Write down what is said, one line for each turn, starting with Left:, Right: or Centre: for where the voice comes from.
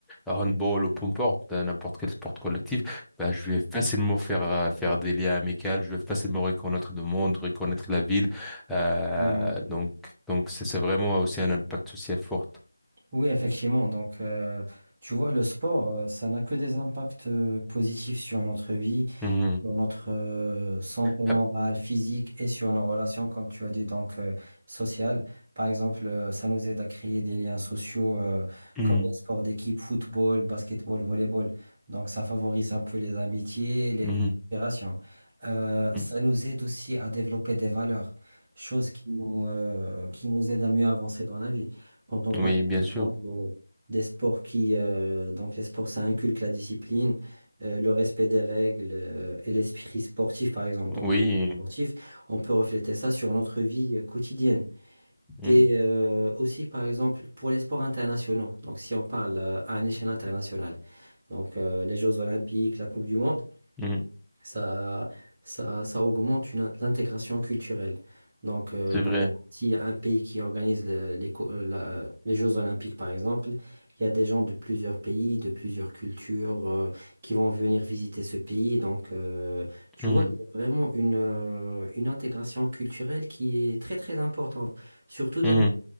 Centre: la handball ou peu importe, euh, n'importe quel sport collectif, ben je vais facilement faire, euh, faire des liens amicaux, je vais facilement reconnaître le monde, reconnaître la ville. Euh,
Right: Ouais.
Centre: donc donc, c'est c'est vraiment aussi un impact social fort.
Right: Oui, effectivement. Donc, euh, tu vois, le sport, euh, ça n'a que des impacts euh, positifs sur notre vie.
Centre: Mhm.
Right: sur notre euh, santé
Centre: Ah,
Right: morale, physique et sur nos relations, comme tu as dit, donc euh, sociales. Par exemple, euh, ça nous aide à créer des liens sociaux euh,
Centre: mhm,
Right: comme un sport d'équipe, football, basketball, volleyball. Donc ça favorise un peu les amitiés, les
Centre: mhm,
Right: la coopération. Euh,
Centre: mhm,
Right: ça nous aide aussi à développer des valeurs, chose qui nous, euh, qui nous aide à mieux avancer dans la vie. Quand on parle,
Centre: mhm. Oui, bien
Right: par exemple,
Centre: sûr.
Right: au- des sports qui, euh, donc les sports, ça inculque la discipline euh, le respect des règles euh, et l'esprit sportif, par exemple. Donc,
Centre: Oui,
Right: l'esprit sportif, on peut refléter ça sur notre vie euh, quotidienne.
Centre: mhm,
Right: Et euh, aussi, par exemple, pour les sports internationaux, donc si on parle euh, à une échelle internationale, donc euh, les Jeux Olympiques, la Coupe du Monde,
Centre: mhm,
Right: ça, ça, ça augmente une- l'intégration culturelle. Donc, euh,
Centre: c'est
Right: par
Centre: vrai.
Right: exemple, s'il y a un pays qui organise le- les, co- euh, la- les Jeux Olympiques, par exemple, il y a des gens de plusieurs pays, de plusieurs cultures, euh, qui vont venir visiter ce pays. Donc, euh, tu
Centre: Mhm,
Right: vois, il y a vraiment une, euh, une intégration culturelle qui est très, très importante. Surtout
Centre: mhm,